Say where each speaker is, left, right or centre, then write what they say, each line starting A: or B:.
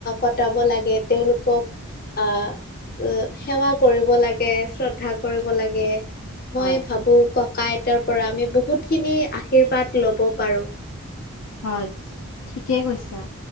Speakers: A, on the left (about 40°); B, on the left (about 80°).
A: কটাব লাগে তেওঁলোকক। আহ। অ সেৱা কৰিব লাগে শ্ৰদ্ধা কৰিব লাগে,
B: হয়
A: মই ভাবো কক। ককা আইতাৰ পৰা আমি বহুতখিনি আশীৰ্বাদ ল'ব পাৰো।
B: হয় ঠিকেই কৈছা।